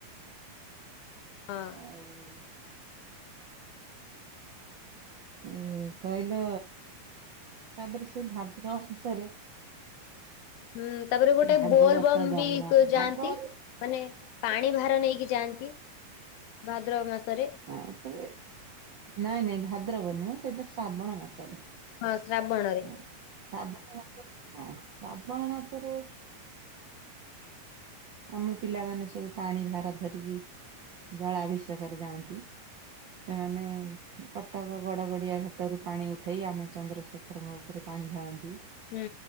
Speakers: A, on the left (about 80°); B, on the right (about 75°).
A: ହଁ।
B: ଆଉ ଉଁ କହିଲ ତାପରେ ସେଇ ଭାଦ୍ରବ ମାସେରେ
A: ହୁଁ, ତାପରେ ଗୋଟେ
B: ଭାଗବତ
A: ବୋଲବମ୍
B: ଜନ୍ମ
A: ବି ଯାଆନ୍ତି।
B: ଭାଗବତ
A: ମାନେ ପାଣି
B: ମାନେ
A: ଭାର ନେଇକି ଯାଆନ୍ତି, ଭାଦ୍ରବ ମାସରେ।
B: ହଁ ସେ ନାଇଁ-ନାଇଁ ଭାଦ୍ରବ ନୁହଁ ସେଇଟା ଶ୍ରାବଣ ମାସରେ।
A: ହଁ, ଶ୍ରାବଣରେ।
B: ହଁ। ଶ୍ରାବଣ ମାସେରେ <unintelligible> ଶ୍ରାବଣ ମାସେରେ ଆମ ପିଲାମାନେ ସବୁ ପାଣି ଭାର ଧରିକି ଜଳାଭିଷେକରେ ଯାଆନ୍ତି, ସେମାନେ କଟକ ଗଡ଼ଗଡ଼ିଆ ଘାଟରୁ ପାଣି ଉଠେଇ ଆମ ଚନ୍ଦ୍ର ଶେଖରଙ୍କ ଉପରେ ପାଣି ଢାଳନ୍ତି।
A: ହୁଁ।